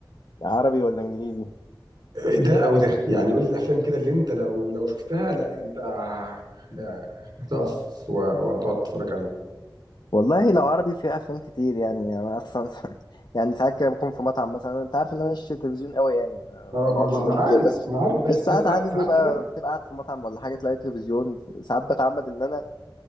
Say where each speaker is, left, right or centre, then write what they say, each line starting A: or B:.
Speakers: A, on the left; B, on the right.
A: عربي ولا انجليزي
B: ده او ده يعني قول لي الافلام كده اللي انت لو لو شفتها لا انت ه- هتقف و- وهتقعد تتفرج عليه
A: والله لو عربي في افلام كتير يعني انا اصلا <laughs> يعني ساعات كده بكون في مطعم مثلا انت عارف ان انا مش تلفزيون قوي يعني ما
B: اه
A: ما
B: ما
A: بقعدش
B: ما انا
A: قدامه
B: عارف
A: كتير بس
B: ما انا عارف بس
A: بس
B: بس
A: ساعات
B: ساعات
A: عادي
B: ساعات
A: بيبقى
B: كده
A: بتبقى قاعد في مطعم ولا حاجه تلاقي تلفزيون ساعات بتعمد ان انا